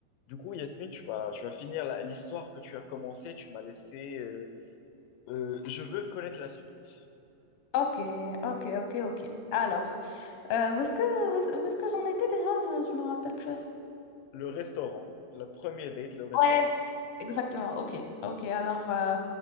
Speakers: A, on the left; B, on the left.
A: Du coup, Yasmine, tu vas, tu vas finir la- l'histoire que tu as commencée. Tu m'as laissé. euh, euh, je veux connaître la suite.
B: Ok, ok, ok, ok. Alors, euh, où est-ce que, où est-ce où est-ce que j'en étais déjà? Je, je me rappelle plus.
A: Le restaurant. Le premier date, le restaurant.
B: Ouais, exactement. Ok, ok. Alors, euh,